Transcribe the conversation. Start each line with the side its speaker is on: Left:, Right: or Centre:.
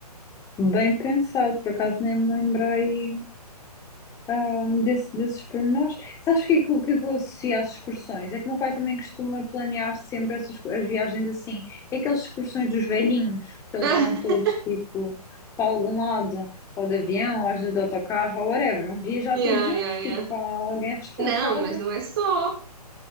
Left: bem pensado, por acaso nem me lembrei ahm, desse- desses pormenores. Sabes o que, é que, eu- o que é que eu associo às excursões? É que o meu pai também costuma planear sempre essas, co- as viagens assim. É aquelas excursões dos velhinhos, que eles
Right: <laughs>
Left: vão todos tipo para algum lado, ou de avião, ou às vezes de autocarro, ou whatever. Vão viajar
Right: Yeah,
Left: todos juntos,
Right: yeah,
Left: tipo,
Right: yeah.
Left: há alguém responsável.
Right: Não, mas não é só.